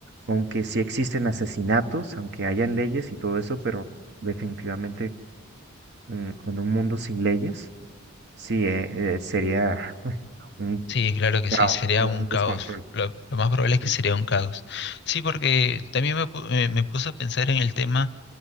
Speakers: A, on the right; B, on the left.
A: aunque sí existen asesinatos, aunque hayan leyes y todo eso, pero definitivamente mm, en un mundo sin leyes, sí, eh, eh, sería <laughs> un
B: Sí, claro que
A: caos,
B: sí, sería
A: un
B: un caos.
A: descontrol.
B: Lo, lo más probable
A: Así
B: es que
A: es.
B: sería un caos. Sí, porque también me, pu- eh, me puse a pensar en el tema